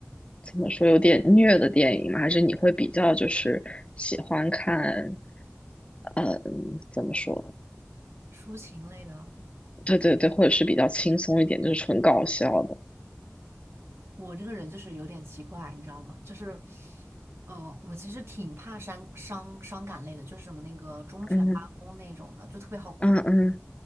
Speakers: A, on the left; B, on the right.
A: 怎么说有点虐的电影吗？还是你会比较就是喜欢看，嗯，怎么说？
B: 抒情类的，
A: 对对对，或者是比较轻松一点，就是纯搞笑的。
B: 我这个人就是有点奇怪，你知道吗？就是，嗯，我其实挺怕伤伤伤感类的，就是什么那个忠犬八公那种的，
A: 嗯
B: 就特别好哭。
A: 嗯嗯，